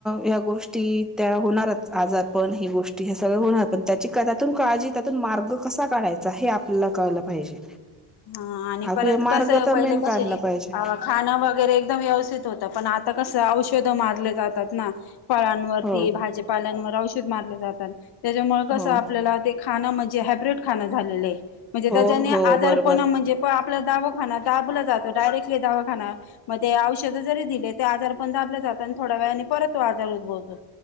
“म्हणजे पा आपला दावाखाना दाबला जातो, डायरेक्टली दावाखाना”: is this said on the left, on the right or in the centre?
Left